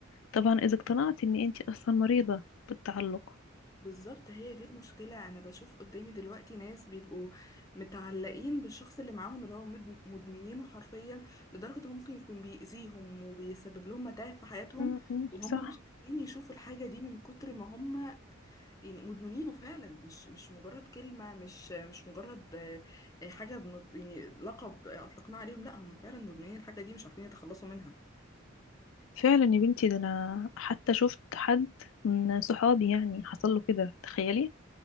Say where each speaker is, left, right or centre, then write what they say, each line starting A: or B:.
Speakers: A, on the left; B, on the left.
A: طبعا اذا اقتنعت ان انتي اصلا مريضة بالتعلق
B: بالظبط هي دي المشكلة أنا بشوف قدامي دلوقتي ناس بيبقوا متعلقين بالشخص اللي معاهم اللي هو مد- مدمنينه حرفيا لدرجة إنه ممكن يكون بيأذيهم وبيسبب لهم متاعب في حياتهم
A: م- م.
B: وهم
A: صح
B: مش قادرين يشوفوا الحاجة دي من كتر ما هم يعني مدمنينه فعلا مش مش مجرد كلمة مش مش مجرد آه، آه، حاجة بنط يعني لقب آه، أطلقناه عليهم لا هم فعلا مدمنين الحاجة دي مش عارفين يتخلصوا منها
A: فعلا يا بنتي ده انا حتى شفت حد من صحابي يعني حصل له كده تخيلي